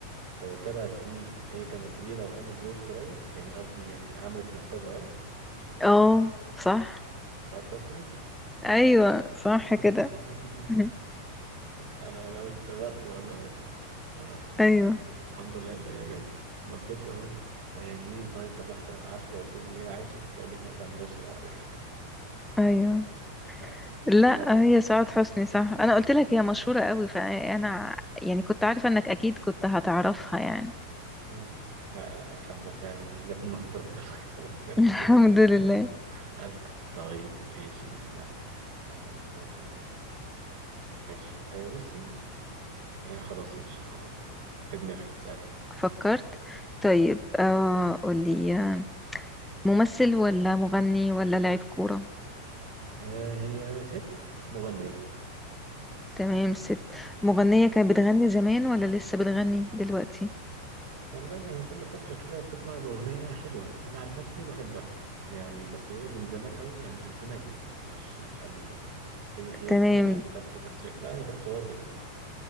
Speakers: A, on the right (about 55°); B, in the centre.
A: آه، طلعت فيه هي كانت كبيرة وقامت بدور صغير يعني قصدي يعني عملت نفسها صغيرة
B: اه صح
A: سعاد حسني
B: ايوه صح
A: <laughs>
B: كده <laughs>
A: انا انا قلت برضه والله اه
B: ايوه
A: يلا الحمد لله اللي هي جت انا فضلت اقول آه، مين طيب طب واحده عارفه لو قلت لي اللي هي عايشه كنت اقول لك مثلا يسرا ولا حاجه
B: ايوه
A: ف... ف... يعني
B: لا
A: لا بس
B: هي سعاد حسني صح انا قلت لك هي مشهورة قوي فانا يعني كنت عارفة انك اكيد كنت هتعرفها يعني
A: مم. لا لا الحمد لله يعني جت من عند ربنا كده <laughs> قلت قلت
B: <laughs> الحمد
A: يعني انا
B: لله
A: <laughs> اسال طيب ماشي استنى آه، ماشي آه، بصي يعني خلاص مش ه- في دماغي اسالي
B: فكرت
A: مم.
B: طيب آه قولي آه، ممثل ولا مغني ولا لاعب كورة
A: آه، هي ست مغنيه
B: تمام ست مغنية كانت بتغني زمان ولا لسه بتغني دلوقتي
A: والله هي كل فترة كده بتطلع بأغنية حلوة أنا عن نفسي بحبها يعني بس هي من زمان قوي يعني ألفينات مش مش قبل كده هي هي
B: تمام
A: كبيرة بس بس شكلها يبان صغير جدا